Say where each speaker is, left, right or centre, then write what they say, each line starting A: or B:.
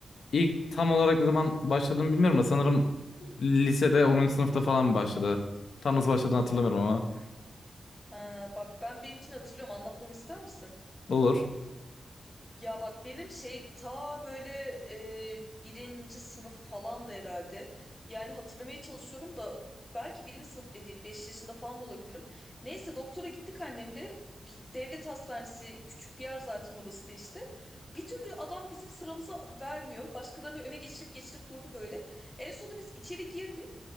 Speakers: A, on the left; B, on the left.
A: İlk tam olarak ne zaman başladığımı bilmiyorum ama sanırım lisede 10. sınıfta falan başladı. Tam nasıl başladığını hatırlamıyorum ama
B: Ha, bak ben benimkini hatırlıyorum. Anlatmamı ister misin?
A: olur.
B: Ya bak benim şeydi ta böyle e, birinci sınıf falan da herhalde. Yani hatırlamaya çalışıyorum da belki birinci sınıf bile değil. Beş yaşında falan da olabilirim. Neyse doktora gittik annemle. Bir devlet hastanesi küçük bir yer zaten orası da işte. Bir türlü adam bizim sıramızı vermiyor. Başkalarını öne geçirip geçirip durdu böyle. En sonunda biz içeri girdik.